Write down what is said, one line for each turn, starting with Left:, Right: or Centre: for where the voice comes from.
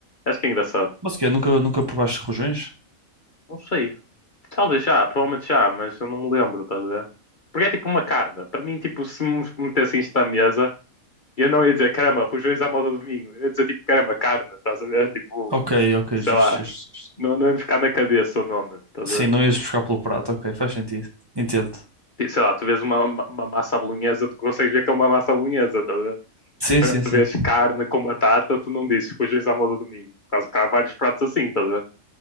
Left: Acho que é engraçado.
Right: Mas o quê, nunca, nunca provaste rojões?
Left: Não sei. Talvez já, provavelmente já, mas eu não me lembro, estás a ver? Porque é tipo uma carne. Para mim, tipo, se me metessem isto à mesa, eu não ia dizer, caramba, rojões à moda do domingo. Eu ia dizer, tipo, caramba, carne, estás a ver? Tipo,
Right: Ok, ok,
Left: sei
Right: justo,
Left: lá,
Right: justo, justo.
Left: não, não ia me ficar na cabeça o nome, estás
Right: Sim,
Left: a ver?
Right: não ias buscar pelo prato, ok, faz sentido, entendo.
Left: Tipo, Sei lá, tu vês uma, uma, uma massa à bolonhesa, tu consegues ver que é uma massa à bolonhesa, estás a ver?
Right: Sim,
Left: Agora,
Right: sim,
Left: tu
Right: sim.
Left: vês carne com batata, tu não dizes rojões à moda do domingo. Por causa que há vários pratos assim, estás a ver?